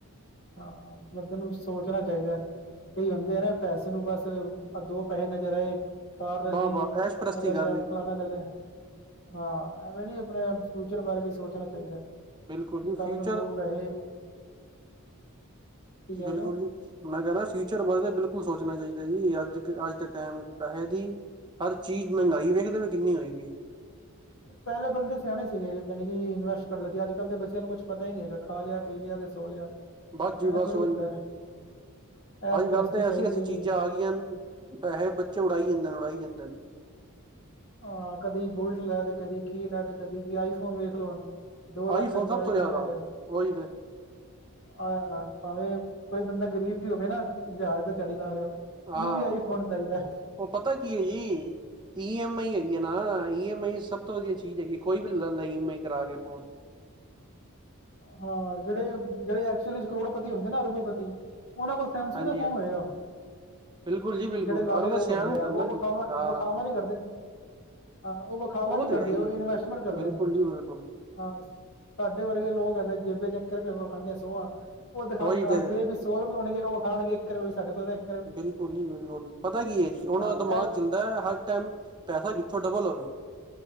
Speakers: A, on the left; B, on the right.
A: ਹਾਂ ਬੰਦੇ ਨੂੰ ਸੋਚਣਾ ਚਾਹੀਦੈ ਕਈ ਹੁੰਦੇ ਏ ਨਾ ਪੈਸੇ ਨੂੰ ਬਸ ਦੋ ਪੈਹੇ ਨਜ਼ਰ ਆਏ ਕਾਰ ਲੈ
B: ਵਾਹ
A: ਲਈ
B: ਵਾਹ ਐਸ਼ ਪ੍ਰਸਤੀ
A: ਇਹ ਲੈ
B: ਕਰ
A: ਲਿਆ
B: ਲਈ
A: ਫਲਾਨਾ ਲੈ ਲਿਆ ਹਾਂ ਐਵੇਂ ਨੀ ਆਪਣੇ ਫਿਊਚਰ ਬਾਰੇ ਵੀ ਸੋਚਣਾ ਚਾਹੀਦਾ
B: ਬਿਲਕੁਲ
A: ਬੀ
B: ਜੀ
A: ਕੱਲ
B: ਫਿਊਚਰ
A: ਨੂੰ ਦੋ ਪੈਹੇ ਕਹਿ
B: ਬਿਲਕੁਲ
A: ਰਹੇ ਹੋ
B: ਜੀ ਮੈਂ ਕਹਿ ਰਿਹਾ ਫਿਊਚਰ ਬਾਰੇ ਤੇ ਬਿਲਕੁਲ ਸੋਚਣਾ ਚਾਹੀਦਾ ਜੀ ਅੱਜ ਕ ਅੱਜ ਦੇ ਟੈਮ ਪੈਹੇ ਦੀ ਹਰ ਚੀਜ਼ ਮਹਿੰਗਾਈ ਵੇਖਦੇ ਪਏ ਹੋ ਕਿੰਨੀ ਹੋਈ ਪਈ ਏ।
A: ਪਹਿਲੇ ਬੰਦੇ ਸਿਆਣੇ ਸੀਗੇ ਯਾਣੀ ਕਿ ਇਨਵੈਸਟ ਕਰਦੇ ਸੀ ਅੱਜ-ਕੱਲ ਦੇ ਬੱਚਿਆਂ ਨੂੰ ਕੁੱਛ ਪਤਾ ਹੀ ਨਹੀਂ ਹੈਗਾ ਖਾ ਲਿਆ ਪੀ ਲਿਆ ਤੇ ਸੋ ਲਿਆ।
B: ਬਸ ਜੀ
A: ਐਂ
B: ਬਸ
A: ਥੋੜ੍ਹੀ
B: ਉਹੀ
A: ਹੁੰਦਾ ਐਸ਼
B: ਅੱਜ-ਕੱਲ
A: ਪ੍ਰਸਤੀ
B: ਤੇ
A: ਚਾਹੀਦੀ
B: ਐਸੀ-ਐਸੀ
A: ਹੈਗੀ
B: ਚੀਜ਼ਾਂ ਆ ਗਈ ਨ ਪੈਹੇ ਬੱਚੇ ਉਡਾਈ ਜਾਂਦੇ ਨੇ ਉਡਾਈ ਜਾਂਦੇ ਨੇ
A: ਹਾਂ ਕਦੀ ਬੁਲਟ ਲੈ ਤੇ ਕਦੀ ਕੀ ਲੈ ਤੇ ਕਦੀ ਕੀ ਆਈ ਫੋਨ ਵੇਖ ਲਓ। ਦੋ
B: ਆਈਫੋਨ
A: ਲੱਖ ਰੁਪਏ ਦਾ
B: ਸਭ
A: ਆਈ
B: ਤੋਂ ਜ਼ਿਆਦਾ
A: ਫੋਨ ਹੈਗੈ।
B: ਉਹੀ ਤੇ
A: ਆਹ ਹਾ ਪਾਵੇ ਕੋਈ ਬੰਦਾ ਗਰੀਬ ਵੀ ਹੋਵੇ ਨਾ ਹਜ਼ਾਰ ਰੁਪਏ ਦਿਹਾੜੀ ਲਾ ਰਿਹਾ।
B: ਹਾਂ
A: ਉਹਨੂੰ ਵੀ ਆਈਫੋਨ ਚਾਹੀਦੈ।
B: ਉਹ ਪਤਾ ਕੀ ਹੈ ਜੀ ਈ ਐਮ ਆਈ ਹੈਗੀ ਆ ਨਾ ਈ ਐਮ ਆਈ ਸਭ ਤੋਂ ਵਧੀਆ ਚੀਜ਼ ਹੈਗੀ ਏ ਕੋਈ ਵੀ ਲ ਲੈਂਦਾ ਈ ਐਮ ਆਈ ਕਰਾ ਕੇ ਫੋਨ
A: ਹਾਂ ਜਿਹੜੇ ਜਿਹੜੇ ਐਕਚੁਲੀ ਚ ਕਰੋੜਪਤੀ ਹੁੰਦੇ ਨਾ ਅਰਬੋਪਤੀ ਉਹਨਾਂ ਕੋਲ ਸੈਮਸੰਗ
B: ਹਾਂਜੀ
A: ਦਾ ਫੋਨ
B: ਹਾਂਜੀ
A: ਹੋਏਗਾ।
B: ਬਿਲਕੁਲ ਜੀ ਬਿਲਕੁਲ
A: ਜਿਹੜੇ ਲਾਲੇ
B: ਅਗਲੇ
A: ਲੋਕ
B: ਸਿਆਣੇ
A: ਹੁੰਦੇ ਆ ਉਹ
B: ਨੇ ਨਾ
A: ਵਿਖਾਵਾਂ
B: ਜੀ ਹਾਂ
A: ਵਿਖਾਵਾਂ ਨਹੀਂ ਕਰਦੇ ਹਾਂ ਉਹ ਵਖਾਵਾ ਨਹੀਂ
B: ਤੇ
A: ਕੱਰਦੇ
B: ਹੈ ਹੀ
A: ਉਹ
B: ਹੈ
A: ਇਨਵੈਸਟਮੈਂਟ
B: ਜੀ
A: ਕਰਦੇ
B: ਬਿਲਕੁਲ
A: ਨੇ।
B: ਜੀ ਬਿਲਕੁਲ
A: ਹਾਂ ਸਾਡੇ ਵਰਗੇ ਲੋਕ ਹੁੰਦੇ ਜੇਬੇ ਚ ਇੱਕ ਰੁਪਏ ਹੋਵੇ ਵਖਾਨੇ ਸੌ ਹਾ ਉਹ ਦਿਖਾ
B: ਉਹੀ ਤੇ
A: ਜੇਬ ਵਿਚ ਸੌ ਰੁਪਏ ਹੋਣਗੇ ਉਹ ਵਿਖਾਣਗੇ ਇੱਕ ਰੁਪਏ ਸਾਡੇ ਕੋਲ ਤਾਂ ਇਕ
B: ਬਿਲਕੁਲ ਜੀ ਬਿਲਕੁਲ ਪਤਾ ਕੀ ਏ ਜੀ ਉਹਨਾਂ
A: ਹਾਂ
B: ਦਾ ਦਮਾਗ
A: ਇਹ
B: <inaudible> ਦੈ ਹਰ ਟਾਈਮ ਪੈਸਾ ਕਿੱਥੋਂ ਡਬਲ ਹੋਵੇ।